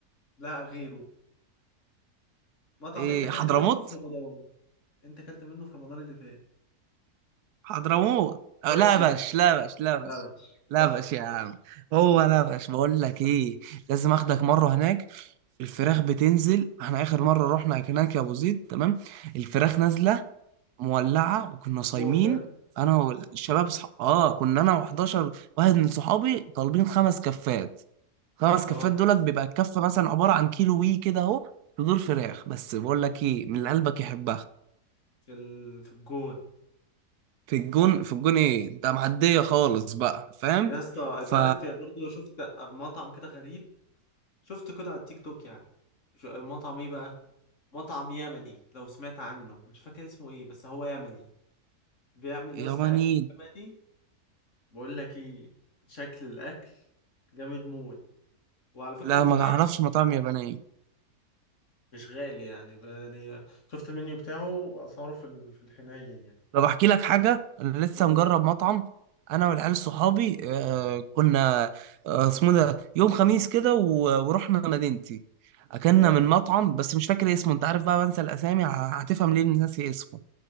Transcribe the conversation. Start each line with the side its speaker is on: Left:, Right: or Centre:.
Left: لا غيره مطعم
Right: ايه
Left: انت اكلت
Right: حضرموت
Left: منه في رمضان انت اكلت منه في رمضان اللي فات
Right: حضرموت أه،
Left: فرايد
Right: لا
Left: تشيكن
Right: باش لا باش لا باش
Left: لا وحش.
Right: لا
Left: صح
Right: باش يا عم هو
Left: لا
Right: لا باش بقول لك ايه لازم اخدك مره هناك الفراخ بتنزل احنا اخر مره رحنا هناك يا ابو زيد تمام الفراخ نازله مولعه وكنا صايمين
Left: موت ها
Right: انا والشباب صح... اه كنا انا و11 واحد من صحابي طالبين خمس كفات خمس
Left: اه
Right: كفات دولت بيبقى الكفه مثلا عباره عن كيلو وي كده اهو صدور فراخ بس بقول لك ايه من اللي قلبك يحبها
Left: في ال... في الجون
Right: في الجون في الجون ايه ده معديه خالص بقى فاهم
Left: يا اسطى
Right: ف
Left: انت عارف برضه شفت مطعم كده غريب شفته كده على التيك توك يعني ش- مطعم ايه بقى مطعم يمني لو سمعت عنه مش فاكر اسمه ايه بس هو يمني بيعمل يا
Right: ياباني
Left: اسطى اكل يمني بقول لك ايه شكل الاكل جامد موت وعلى فكره
Right: لا
Left: مش
Right: ما
Left: غالي
Right: اعرفش مطاعم يابانيه
Left: مش غالي يعني ب- يعني شفت المنيو بتاعه اسعاره في ال- في الحنين يعني
Right: طب احكي لك حاجه انا لسه
Left: أوه.
Right: مجرب مطعم انا والعيال صحابي آه كنا آه اسمه ده يوم خميس كده و- ورحنا مدينتي اكلنا
Left: اه
Right: من مطعم بس مش فاكر اسمه انت عارف بقى بنسى الاسامي ه- هتفهم ليه إني ناسي اسمه